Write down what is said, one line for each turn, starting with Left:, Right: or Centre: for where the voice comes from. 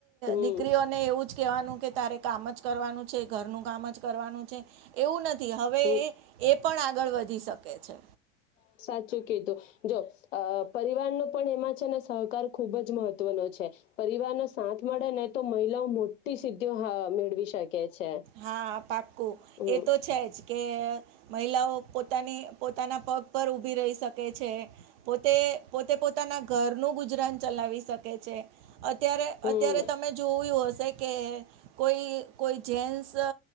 Left: હમ
Right: દીકરીઓને એવું જ કેવાનું કે તારે કામ જ કરવાનું છે ઘરનું કામ જ કરવાનું છે એવું નથી હવે
Left: હમ
Right: એ પણ આગળ વધી શકે કે છે
Left: સાચું કીધું જો પરિવાર નુ પણ એમાં છે ને સહકાર ખુબ જ મહત્વનો છે. પરિવાર નો સાથ મળે ને તો મહિલાઓ મોટી સિદ્ધિઓ મેળવી શકે. છે
Right: હા પાક્કું
Left: હમ
Right: એ તો છે જ કે મહિલાઓ પોતાની પોતાના પગ પર ઊભી રહી શકે છે પોતે પોતે પોતાના ઘરનું ગુજરાન ચલાવી શકે છે અત્યારે
Left: હમ
Right: અત્યારે તમે જોયું હશે હે કે કોઈ. કોઈ જેન્સ અ